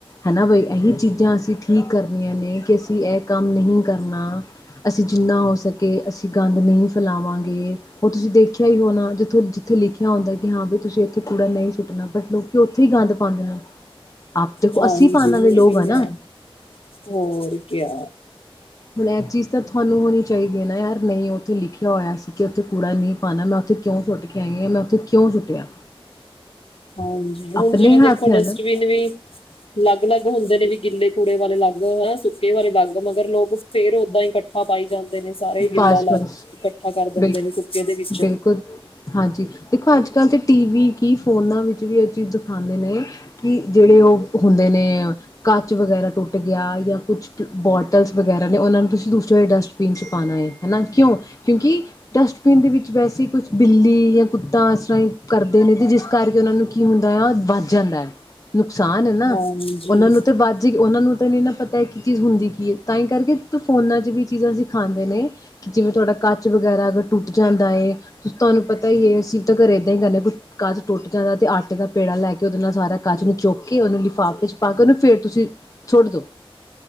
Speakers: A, on the left; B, on the left.
A: ਹਨਾ ਬਈ ਇਹੀ ਚੀਜ਼ਾਂ ਅਸੀਂ ਠੀਕ ਕਰਨੀਆਂ ਨੇ ਕਿ ਅਸੀਂ ਇਹ ਕੰਮ ਨਹੀਂ ਕਰਨਾ, ਅਸੀਂ ਜਿੰਨਾ ਹੋ ਸਕੇ ਅਸੀਂ ਗੰਦ ਨਹੀਂ ਫੈਲਾਵਾਂਗੇ। ਉਹ ਤੁਸੀਂ ਦੇਖਿਆ ਹੀ ਹੋਣਾ ਜਿੱਥੋਂ ਜਿੱਥੇ ਲਿਖਿਆ ਹੁੰਦਾ ਕਿ ਹਾਂ ਬਈ ਤੁਸੀਂ ਇੱਥੇ ਕੂੜਾ ਨਹੀਂ ਸੁੱਟਣਾ ਬਟ ਲੋਕੀ ਉੱਥੇ ਹੀ ਗੰਦ ਪਾਦੇ ਨੇ। ਆਪ ਦੇਖੋ
B: ਹਾਂਜੀ
A: ਅਸੀਂ ਪਾਣ ਆਲੇ ਲੋਕ
B: ਇਹ ਵੀ
A: ਆ ਨਾ।
B: ਹੈ ਹੋਰ ਕਿਆ।
A: ਹੁਣ ਇਹ ਚੀਜ਼ ਤਾਂ ਤੁਹਾਨੂੰ ਹੋਣੀ ਚਾਹੀਦੀ ਹੈ ਨਾ ਯਾਰ ਨਹੀਂ ਉੱਥੇ ਲਿਖਿਆ ਹੋਇਆ ਸੀ ਕਿ ਉੱਥੇ ਕੂੜਾ ਨਹੀਂ ਪਾਣਾ ਮੈਂ ਉੱਥੇ ਕਿਉਂ ਸੁੱਟ ਕੇ ਆਈ ਹਾਂ ਮੈਂ ਉੱਥੇ ਕਿਉਂ ਸੁੱਟਿਆ।
B: ਹਾਂਜੀ ਹੁਣ
A: ਆਪਣੇ
B: ਜਿਵੇਂ
A: ਹੱਥ
B: ਦੇਖੋ ਡਸਟਬਿਨ
A: ਹੈ ਨਾ
B: ਵੀ ਅਲੱਗ-ਅਲੱਗ ਹੁੰਦੇ ਨੇ ਵੀ ਗਿੱਲੇ ਕੂੜੇ ਵਾਲੇ ਅਲੱਗ ਹਨਾ ਸੁੱਕੇ ਵਾਲੇ ਅਲੱਗ ਮਗਰ ਲੋਕ ਫੇਰ ਓਦਾਂ ਹੀ ਇਕੱਠਾ ਪਾਈ ਜਾਂਦੇ ਨੇ ਸਾਰੇ ਗਿੱਲਾ
A: ਬਸ
B: ਲੱਗ
A: ਬਸ
B: ਇਕੱਠਾ ਕਰ ਦਿੰਦੇ
A: ਬਿਲਕੁਲ
B: ਨੇ ਸੁੱਕੇ ਦੇ ਵਿੱਚ।
A: ਬਿਲਕੁਲ ਹਾਂਜੀ ਦੇਖੋ ਅੱਜ ਕੱਲ੍ਹ ਤਾਂ ਟੀ ਵੀ ਕਿ ਫੋਨਾਂ ਵਿੱਚ ਵੀ ਇਹ ਚੀਜ਼ ਦਿਖਾਉਂਦੇ ਨੇ, ਕਿ ਜਿਹੜੇ ਉਹ ਹੁੰਦੇ ਨੇ ਕੱਚ ਵਗੈਰਾ ਟੁੱਟ ਗਿਆ ਜਾਂ ਕੁਛ ਬੋਟਲਸ ਵਗੈਰਾ ਨੇ ਉਹਨਾਂ ਨੂੰ ਤੁਸੀਂ ਦੂਸਰੇ ਡਸਟ ਬੀਨ 'ਚ ਪਾਣਾ ਹੈ ਹਨਾ ਕਿਉਂ, ਕਿਉਂਕਿ ਡਸਟਬਿਨ ਦੇ ਵਿੱਚ ਵੈਸੇ ਕੁਛ ਬਿੱਲੀ ਜਾਂ ਕੁੱਤਾ ਇਸ ਤਰ੍ਹਾਂ ਹੀ ਕਰਦੇ ਨੇ ਤੇ ਜਿਸ ਕਰਕੇ ਉਹਨਾਂ ਨੂੰ ਕੀ ਹੁੰਦਾ ਆ ਵੱਧ ਜਾਂਦਾ ਆ। ਨੁਕਸਾਨ ਹੈ ਨਾ,
B: ਹਾਂਜੀ
A: ਉਹਨਾਂ ਨੂੰ ਤੇ ਬਾਜ਼ੀ ਉਹਨਾਂ ਨੂੰ ਤੈਨੂੰ ਇਹ ਨਾ ਪਤਾ ਕੀ ਚੀਜ਼ ਹੁੰਦੀ ਕੀ ਹੈ ਤਾਂ ਹੀ ਕਰਕੇ ਫੋਨਾਂ 'ਚ ਵੀ ਇਹ ਚੀਜ਼ਾਂ ਅਸੀਂ ਦਿ ਖਾਂਦੇ ਨੇ ਕਿ ਜਿਵੇਂ ਤੁਹਾਡਾ ਕੱਚ ਵਗੈਰਾ ਅਗਰ ਟੁੱਟ ਜਾਂਦਾ ਹੈ ਤੁਹਾਨੂੰ ਪਤਾ ਹੀ ਹੈ ਅਸੀਂ ਤਾਂ ਘਰ ਏਦਾਂ ਹੀ ਕਰਦੇ ਕੱਚ ਟੁੱਟ ਜਾਂਦਾ ਤੇ ਆਟੇ ਦਾ ਪੇੜਾ ਲੈ ਕੇ ਓਦੇ ਨਾਲ ਸਾਰਾ ਕੱਚ ਨੂੰ ਚੁੱਕ ਕੇ ਉਹਨੂੰ ਲਿਫਾਫੇ ਚ' ਪਾ ਕੇ ਉਹਨੂੰ ਫੇਰ ਤੁਸੀਂ ਸੁੱਟ ਦੋ।